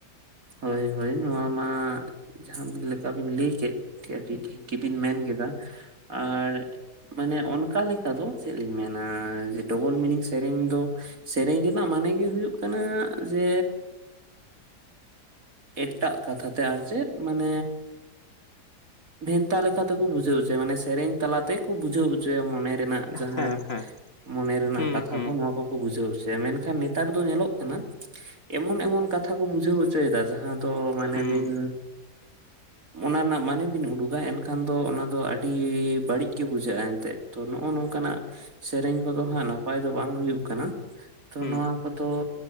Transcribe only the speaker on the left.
ᱦᱮᱸ ᱦᱮᱸ
ᱦᱩᱸ
ᱦᱩᱸ
ᱦᱩᱸ
ᱦᱩᱸ